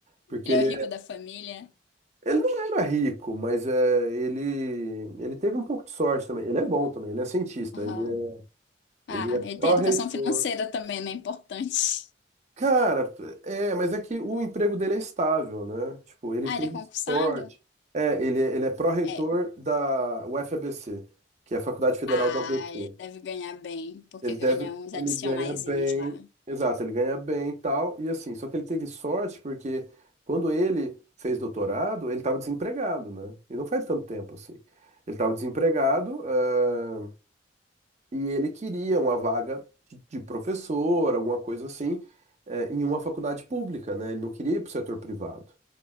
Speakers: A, on the right; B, on the left.
A: Porque
B: Ele
A: ele
B: é o rico da família.
A: Ele não era rico, mas é, ele, ele teve um pouco de sorte também. Ele é bom também, ele é cientista,
B: Aham.
A: ele é,
B: Ah,
A: ele é
B: ele
A: pró-reitor.
B: tem educação financeira também, né? Importante.
A: Cara, é, mas é que o emprego dele é estável, né? Tipo, ele
B: Ah,
A: teve
B: ele é concursado?
A: sorte. É, ele, é, ele é pró-reitor
B: É.
A: da UFABC, que é a Faculdade Federal
B: Ah,
A: do ABC.
B: ele deve ganhar bem, porque
A: Ele
B: ganha
A: deve,
B: uns adicionaizinhos
A: ele ganha bem,
B: lá.
A: exato, ele ganha bem e tal, e assim, só que ele teve sorte porque quando ele fez doutorado, ele estava desempregado, né? E não faz tanto tempo assim. Ele estava desempregado, ah, e ele queria uma vaga de, de professor, alguma coisa assim, eh, em uma faculdade pública, né? Ele não queria ir para o setor privado.